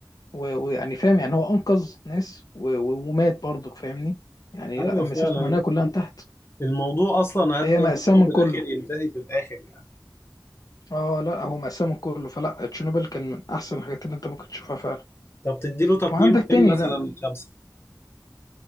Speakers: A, on the left; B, on the left.
A: و- ويعني فاهم يعني هو انقذ ناس و... و- ومات برضك فاهمني يعني
B: أيوه
A: لا مسيرته
B: فعلا
A: المهنيه كلها انتهت
B: الموضوع أصلا
A: فهي
B: أدى
A: مأساة
B: إن
A: من
B: هو في
A: كله
B: الآخر ينتهي في الآخر يعني
A: اه لا هو مأساة من كله فلا تشيرنوبل كان من احسن الحاجات اللي انت ممكن تشوفها فعلا
B: طب تديله تقييم
A: وعندك تاني
B: كام مثلا
A: لا
B: من خمسة